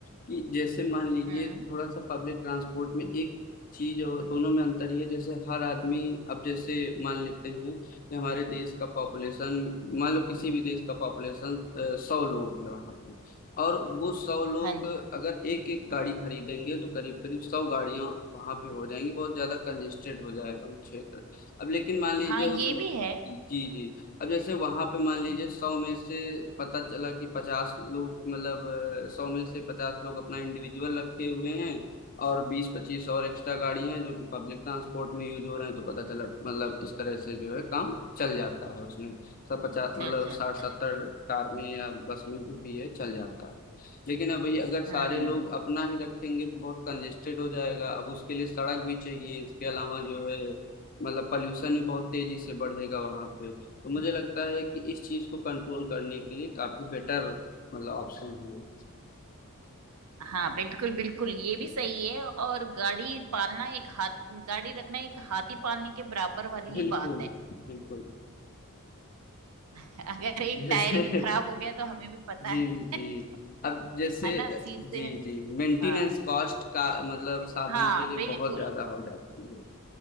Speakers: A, on the left; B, on the right.
A: कि जैसे मान लीजिए
B: हम्म
A: थोड़ा सा पब्लिक ट्रांसपोर्ट में एक चीज और दोनों में अंतर ये है, जैसे हर आदमी अब जैसे मान लेते हैं कि हमारे देश का पॉपुलेशन मान लो किसी भी देश का पॉपुलेशन सौ लोग है वहां पे और वो सौ लोग
B: हाँ जी
A: अगर एक एक गाड़ी खरीदेंगे तो करीब करीब सौ गाड़ियां वहां पे हो जाएंगी बहुत ज्यादा कंजेस्टेड हो जाएगा वो क्षेत्र अब लेकिन मान लीजिए
B: हाँ
A: उस
B: ये भी है
A: जी जी अब जैसे वहां पे मान लीजिए
B: हम्म
A: सौ में से पता चला कि पचास लोग मतलब अ, सौ में से पचास लोग अपना इंडिविजुअल रखे हुए हैं और बीस पच्चीस और एक्स्ट्रा गाड़ियां हैं जो कि पब्लिक ट्रांसपोर्ट में यूज हो रहे हैं तो पता चला मतलब इस तरह से जो है काम चल जाता है उसमें सब पचास
B: चल
A: मतलब
B: जाता
A: साठ सत्तर
B: है
A: कार में या बस में जो भी है चल जाता है लेकिन अब ये अगर सारे
B: हम्म
A: लोग अपना ही रखेंगे तो बहुत कंजेस्टेड हो जाएगा अब उसके लिए सड़क भी चाहिए इसके अलावा जो है मतलब पॉल्यूशन भी बहुत तेजी से बढ़ेगा वहां पे तो मुझे लगता है कि इस चीज को कंट्रोल करने के लिए काफी बेटर मतलब ऑप्शन है
B: हाँ बिल्कुल बिल्कुल ये भी सही है और गाड़ी पालना एक हाथ गाड़ी रखना एक हाथी पालने के बराबर वाली
A: बिल्कुल
B: ही बात है
A: बिल्कुल
B: <laughs> अगर एक
A: जैसे
B: टायर
A: <laughs>
B: भी खराब हो गया तो हमें भी पता
A: जी
B: है
A: जी
B: <laughs>
A: अब जैसे
B: है ना शीशे
A: जी जी मेंटेनेंस
B: हाँ
A: कॉस्ट का मतलब साधन
B: हाँ
A: के लिए
B: बिल्कुल
A: बहुत ज्यादा हो जाती है